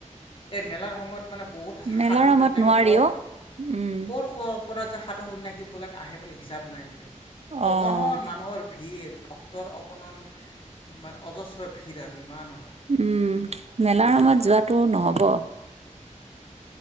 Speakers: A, on the left (about 40°); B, on the right (about 55°).
A: এই মেলাৰ সময়ত মানে, বহুত
B: মেলাৰ
A: সাধু
B: নামত
A: সন্যসী
B: নোৱাৰি
A: ক'
B: অ উম
A: ক'ৰ ক'ৰ ক'ৰ পৰা যে সাধু সন্যাসীবিলাক আহে বোলে হিচাপ নাই বোলে।
B: অঁ
A: অগণন মানুহৰ ভিৰ। ভক্তৰ অগণন মানে, অজস্ৰ ভিৰ আৰু। <unintelligible>
B: উম, মেলাৰ সময়ত যোৱাটো নহ'ব।